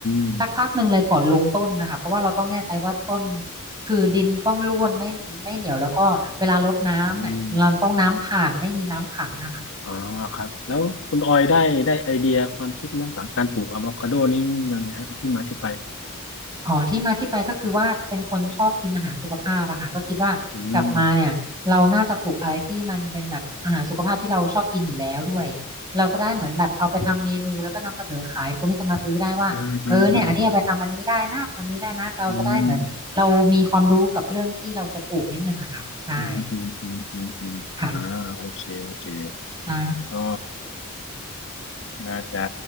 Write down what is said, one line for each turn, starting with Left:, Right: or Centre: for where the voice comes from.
Left: ม
Right: สักพักหนึ่งเลยก่อนลงต้นนะคะเพราะว่าเราต้องแน่ใจว่าต้นคือดินต้องร่วนไม่ไม่เหนียวแล้วก็เวลารดน้ำเนี่ยเราต้องน้ำผ่านไม่มีน้ำขังนะคะ
Left: อืมอ๋อครับแล้วคุณออยได้ได้ไอเดียความคิดเรื่องของการปลูกอะโวคาโดนี่ยังไงฮะที่มาที่ไป
Right: อ๋อที่มาที่ไปก็คือว่าเป็นคนชอบกินอาหารสุขภาพอะค่ะก็คิดว่ากลับมาเนี่ยเราน่าจะปลูกอะไรที่มันเป็นแบบอาหารสุขภาพที่เราชอบกินอยู่แล้วด้วย
Left: อืม
Right: เราจะได้เหมือนแบบเอาไปทำเมนูแล้วก็นำเสนอขายคนที่จะมาซื้อได้ว่าเออเนี่ยอันนี้เอาไปทำอันนี้ได้นะทำนี้ได้นะเราจะได้เหมือนเรามีความรู้กับเรื่องที่เราจะปลูกนิดนึงอะค่ะใช่
Left: อืมอืมอืม อืมอืมอืมอืมอืมอ่าโอเคโอเค
Right: ค่ะใช่
Left: ก็น่าจะ